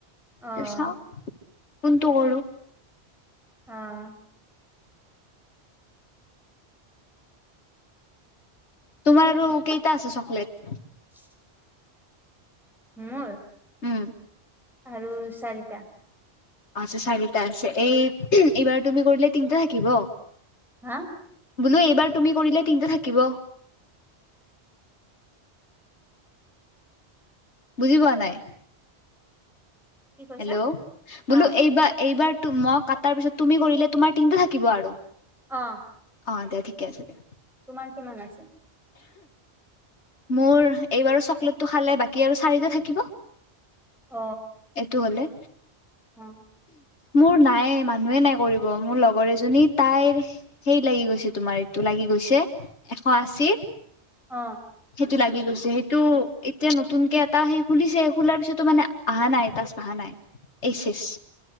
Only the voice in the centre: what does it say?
অহ,
অহ
<inaudible> মোৰ
আৰু চাৰিটা।
হা
কি কৈছা
অ
অ
তোমাৰ কিমান আছে?
অ
অ
অ।